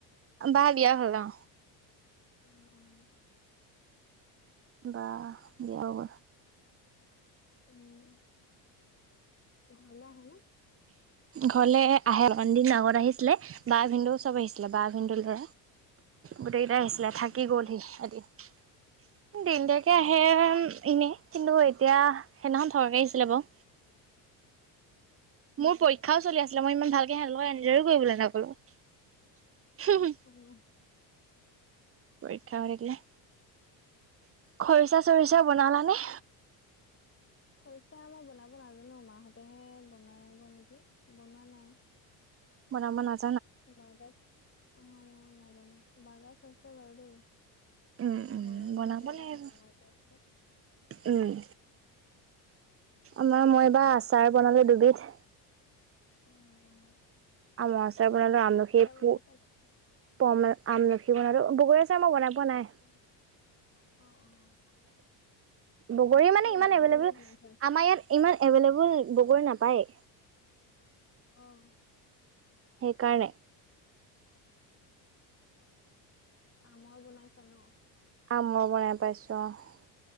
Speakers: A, on the right (about 30°); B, on the left (about 25°).
A: বা বিয়া হল অ।
B: অ', অ',
A: বা বিয়া হৈ গ'ল।
B: উম, ঘৰলে আহে নে?
A: ঘৰলে আহে অকমান দিন আগত আহিছিলে বা ভিনদেউ চব আহিছিলে বা ভিনদেউ ল'ৰা গোটেই কেইটাই আহিছিলে,
B: উম,
A: থাকি
B: উম,
A: গ'লহি এদিন দিনদেকে
B: অ',
A: আহে এনেই কিন্তু এতিয়া সেইদিনাখন থকাকে আহিছিলে বাৰু। মোৰ পৰীক্ষাও চলি আছিলে মই ইমান ভালকে সিঁহতৰ লগত ইঞ্জয় কৰিবলৈ নাপালোঁ।
B: আৰু
A: পৰীক্ষা হৈ থাকিলে, খৰিচা চৰিচা বনালানে?
B: খৰিচা মই বনাব নাজানো, মাহ'তেহে বনাব নেকি, বনোৱা নাই।
A: বনাব না
B: বাঁহগাজ অ', মই নাই নাজানো, বাহঁগাজ হৈছে বাৰু দেই।
A: উম উম
B: ঘৰৰ ওচৰতে
A: বনাব লাগিব।
B: ডাঙৰকে আছে।
A: উম, আমাৰ মই এইবাৰ আচাৰ বনালো দুবিধ।
B: অ', অ',
A: আমৰ আচাৰ বনালো আমলখি এপো
B: বনাইছা নি
A: পোৱামান আমলখি বনালো, বগৰী আচাৰ মই বনাই পোৱা নাই
B: অ', অ', অ',
A: বগৰী মানে ইমান
B: বগৰীহে
A: এভেইলেবল
B: বনাই থৈ আছো
A: আমাৰ ইয়াত ইমান এভেইলেবল বগৰী নাপায়।
B: অ'।
A: সেইকাৰণে।
B: আমৰ বনাইছা ন।
A: আমৰ বনাই পাইছো অ,